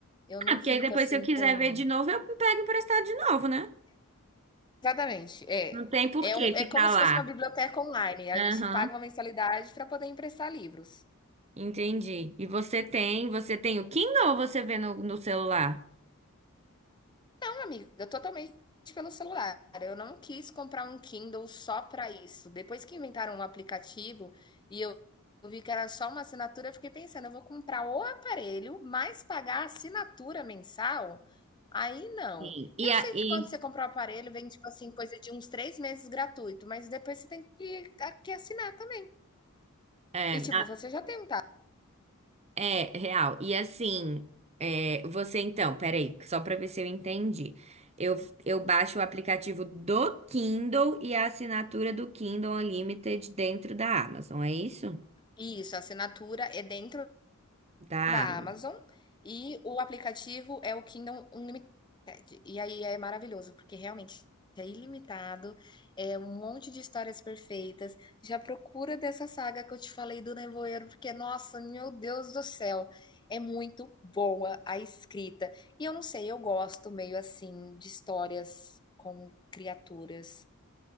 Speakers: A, on the left; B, on the right.
A: Eu não
B: Ah, porque
A: fico
B: aí depois,
A: assim
B: se eu quiser
A: com.
B: ver de novo, eu pego emprestado de novo, né?
A: Exatamente, é.
B: Não tem por
A: É,
B: que
A: um- é
B: ficar
A: como se
B: lá.
A: fosse uma biblioteca online. A
B: Aham,
A: gente paga uma mensalidade para poder emprestar livros.
B: entendi. E você tem, você tem o Kindle ou você vê no, no celular?
A: Não, amiga, totalmente pelo celular. Eu não quis comprar um Kindle só para isso. Depois que inventaram um aplicativo e eu eu vi que era só uma assinatura, eu fiquei pensando, eu vou comprar o aparelho, mas pagar a assinatura mensal? Aí não.
B: Sim. E
A: Eu
B: aí,
A: sei que quando você compra o aparelho, vem, tipo assim, coisa de uns três meses gratuito, mas depois você tem que, que assinar também.
B: é,
A: E, tipo,
B: a-
A: você já tem um tablet.
B: é real. E assim, é, você então, peraí, só para ver se eu entendi. Eu, eu baixo o aplicativo do Kindle e a assinatura do Kindle Unlimited dentro da Amazon, é isso?
A: Isso, a assinatura é dentro
B: Da
A: da
B: Amazon.
A: Amazon e o aplicativo é o Kindle Unlimited. E aí é maravilhoso, porque realmente é ilimitado, é um monte de histórias perfeitas. Já procura dessa saga que eu te falei do Nevoeiro, porque, nossa, meu Deus do céu, é muito boa a escrita. E eu não sei, eu gosto meio assim de histórias com criaturas.